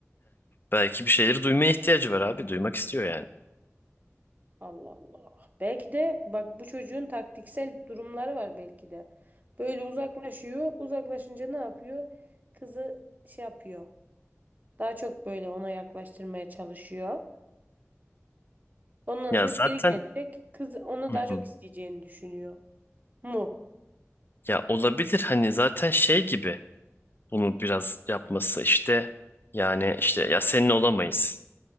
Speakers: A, on the left; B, on the right.
A: belki bir şeyleri duymaya ihtiyacı var abi. Duymak istiyor yani.
B: Allah Allah. Belki de bak bu çocuğun taktiksel durumları var belki de. Böyle uzaklaşıyor. Uzaklaşınca ne yapıyor? Kızı şey yapıyor. Daha çok böyle ona yaklaştırmaya çalışıyor. Ondan
A: Ya
B: sonra
A: zaten
B: geri gelecek. Kız onu
A: Hı
B: daha çok
A: hı.
B: isteyeceğini düşünüyor. Mu?
A: ya olabilir hani zaten şey gibi bunu biraz yapması işte yani işte ya seninle olamayız.